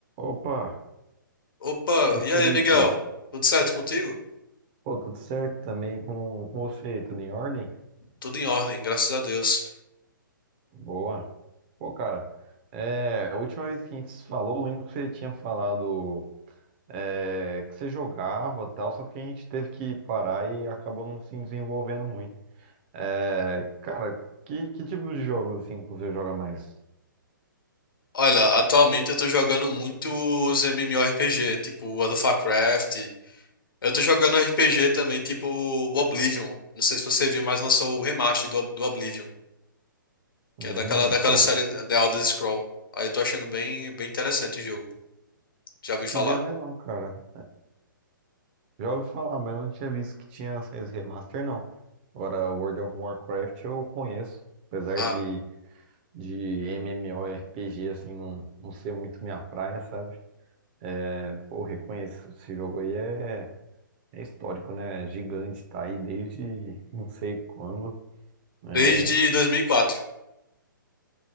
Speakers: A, on the right; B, on the left.
A: Opa,
B: Opa,
A: e
B: e
A: Felipe?
B: aí, Miguel? Tudo certo contigo?
A: Pô, tudo certo também com, com você? Tudo em ordem?
B: Tudo em ordem, graças a Deus.
A: Boa. Pô, cara, é, a última vez que a gente se falou, eu lembro que você tinha falado é, que você jogava tal, só que a gente teve que parar e acabou não se desenvolvendo muito. É, cara, que, que tipo de jogo assim que você joga mais?
B: Olha, atualmente eu tô jogando muitos MMORPG, tipo World of Warcraft. Eu tô jogando RPG também, tipo Oblivion. Não sei se você viu, mas lançou o remaster do, do Oblivion, que
A: Hum,
B: é daquela, daquela
A: pô,
B: série
A: não
B: eh, The Elder Scroll. Aí eu tô achando bem, bem interessante o jogo. Já ouvi
A: cheguei
B: falar?
A: a ver não, cara. Já ouvi falar, mas eu não tinha visto que tinha saído remaster, não. Agora, World of Warcraft eu conheço, apesar
B: Ah,
A: de, de MMORPG, assim, não, não ser muito minha praia, sabe? É, pô, reconheço, esse jogo aí é, é histórico, né? É gigante, tá aí desde não sei quando. né?
B: desde 2004.